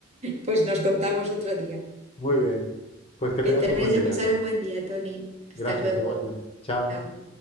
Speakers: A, on the right; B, on the left.
A: Pues nos contamos otro día.
B: Muy bien, pues que
A: Que
B: tengas
A: termines
B: un buen día.
A: de pasar un buen día, Tony. Hasta
B: Gracias,
A: luego.
B: igualmente. Chao.
A: Chao.